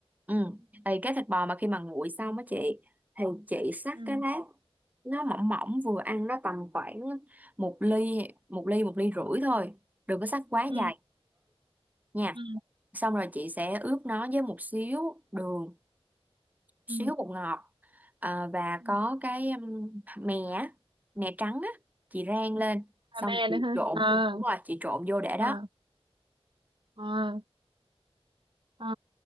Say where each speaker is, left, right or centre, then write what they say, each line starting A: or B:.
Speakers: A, on the right; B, on the right.
A: ừ thì cái thịt bò mà khi mà nguội xong á chị thì chị xắt
B: ừ
A: cái lát nó mỏng mỏng vừa ăn nó tầm khoảng một ly một ly một ly rưỡi thôi đừng có xắt quá dài
B: ừ
A: nha
B: ừ
A: xong rồi chị sẽ ướp nó với một xíu đường xíu
B: ừ
A: bột ngọt Ờ, và
B: ừ.
A: có cái um, mè á, mè trắng á chị rang lên
B: đam
A: xong
B: mê nữa
A: chị
B: ha
A: trộn
B: ờ
A: đúng rồi chị trộn vô để
B: ờ
A: đó
B: ờ ừ